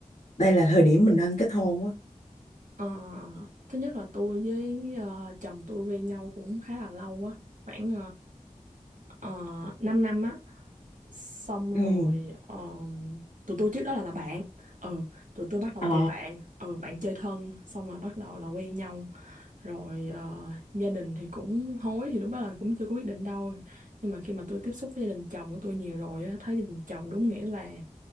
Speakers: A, on the left (about 65°); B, on the right (about 80°).
A: đây là thời điểm mình nên kết hôn á.
B: Ờ, thứ nhất là tôi với ờ, chồng tôi quen nhau cũng khá là lâu á khoảng uh, 5 năm á xong
A: Ừ,
B: rồi ờ, tụi tôi trước đó là là bạn ừ tụi tôi bắt đầu
A: Ờ,
B: từ bạn ừ bạn chơi thân xong rồi bắt đầu là quen nhau rồi ờ, gia đình thì cũng hối thì lúc đó là cũng chưa có quyết định đâu nhưng mà khi mà tôi tiếp xúc với gia đình chồng của tôi nhiều rồi á thấy gia đình chồng đúng nghĩa là